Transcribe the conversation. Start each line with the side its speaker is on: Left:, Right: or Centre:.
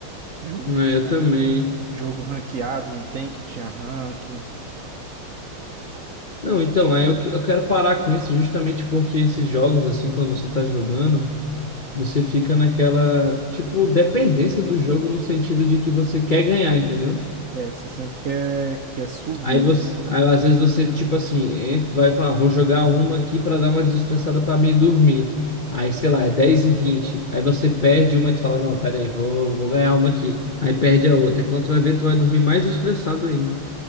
Right: Jogo
Left: é,
Right: que tinha.
Left: eu também.
Right: Jogo ranqueado, não tem que tinha ranking.
Left: Não, então, aí eu, que- eu quero parar com isso justamente porque esses jogos, assim, quando você tá jogando, você fica naquela, tipo, dependência do jogo no sentido de que você quer ganhar, entendeu?
Right: É, você sempre quer, quer subir.
Left: Aí você, aí, às vezes você, tipo assim, en- vai falar, "Ah, vou jogar uma aqui pra dar uma desestressada pra mim dormir. Aí, sei lá, é 10 e 20. Aí você perde uma e tu fala, não, pera aí, vou, vou ganhar uma aqui. Aí perde a outra. E quando tu vai ver, tu vai dormir mais estressado ainda.